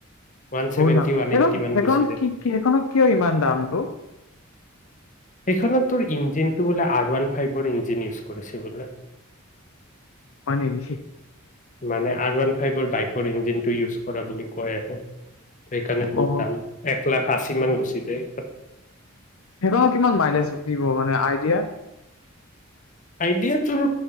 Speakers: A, on the left; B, on the left.
A: ওৱান
B: বহু
A: ছেভেন্টি
B: দাম
A: ওৱান
B: সেইখন
A: এইট্টি মান
B: সেইখন
A: গুচি যায়
B: কি কি সেইখনত কিয় ইমান দামটো
A: সেইখনত তোৰ ইঞ্জিনটো বোলে আৰ ওৱান ফাইভৰ ইঞ্জিন ইউজ কৰিছে বোলে
B: হয় নেকি <inaudible>
A: মানে আৰ ওৱান ফাইভৰ বাইকৰ ইঞ্জিনটো ইউজ কৰা বুলি কয় আৰু সেইকাৰণে বহুত
B: অ
A: দাম এক লাখ আশী মান গৈছে <inaudible>
B: সেইখনত কিমান মাইলেজ দিব মানে আইডিয়া?
A: আইডিয়া তোৰ